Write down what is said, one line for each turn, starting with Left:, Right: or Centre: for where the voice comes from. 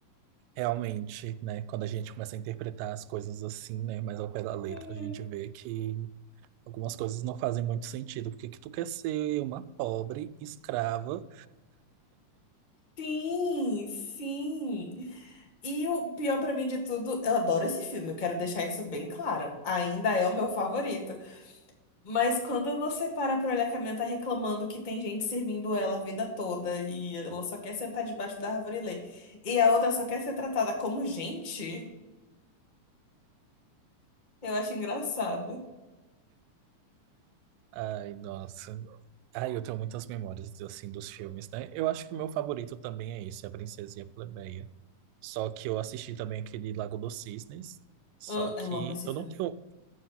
Right: Realmente, né? Quando a gente começa a interpretar as coisas assim, né? Mais ao pé da letra,
Left: Hum.
Right: a gente vê que algumas coisas não fazem muito sentido. Por que que tu quer ser uma pobre escrava?
Left: Sim, sim. E o pior pra mim de tudo, eu adoro esse filme, eu quero deixar isso bem claro. Ainda é o meu favorito. Mas quando você para pra olhar que a minha tá reclamando que tem gente servindo ela a vida toda e ela só quer sentar debaixo da árvore e ler, e a outra só quer ser tratada como gente, eu acho engraçado.
Right: Ai, nossa. Ai, eu tenho muitas memórias, assim, dos filmes, né? Eu acho que o meu favorito também é esse, A Princesa e a Plebeia. Só que eu assisti também aquele Lago dos Cisnes. Só
Left: Ah,
Right: que
Left: eu amo esse
Right: eu
Left: filme.
Right: não tenho...